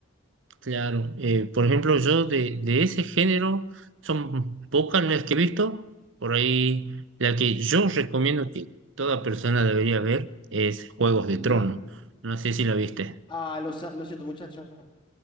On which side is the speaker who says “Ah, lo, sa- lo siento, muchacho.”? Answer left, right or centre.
Left